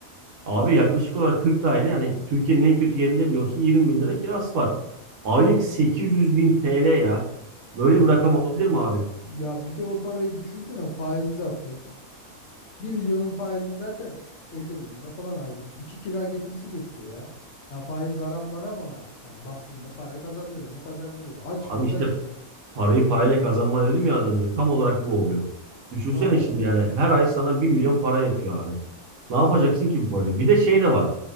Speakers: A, on the right; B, on the left.
A: Abi yaklaşık olarak 40 daire yani Türkiye'nin en kötü yerinde bile olsa 20 bin lira kirası var. Aylık 800 bin TL ya. Böyle
B: valla.
A: bir rakam olabilir mi abi?
B: Ya bir de o parayı düşünsene faize atıyorsun. Bir milyonun faizi zaten 50 bin lira falan aylık. iki kira getirisi getiriyor ya. Ya faiz haram maram ama ya baktığında para kazandırıyor mu kazandırıyor. Aç
A: Abi
B: mıyız
A: işte
B: açız.
A: parayı parayla kazanma dedim ya az önce. Tam olarak bu oluyor. Düşünsene
B: Valla
A: şimdi yani her ay sana 1 milyon para yatıyor abi. Ne yapacaksın ki bu parayı? Bir de şey de var.